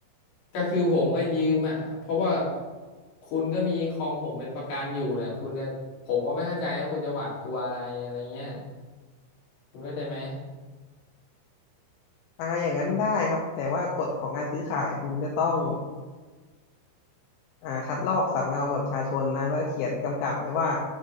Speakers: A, on the left (about 55°); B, on the left (about 80°).
A: ก็คือผมก็ยืมอ่ะเพราะว่าคุณก็มีคอมผมเป็นประกันอยู่เนี่ยคุณเนี่ยผมก็ไม่เข้าใจว่าคุณจะหวาดกลัวอะไรอะไรเงี้ยคุณเข้าใจไหม
B: อ่าอย่างนั้นได้ครับแต่ว่ากฎของการซื้อขายคุณจะต้องอ่าคัดลอกสำเนาบัตรประชาชนนะแล้วเขียนกำกับไว้ว่า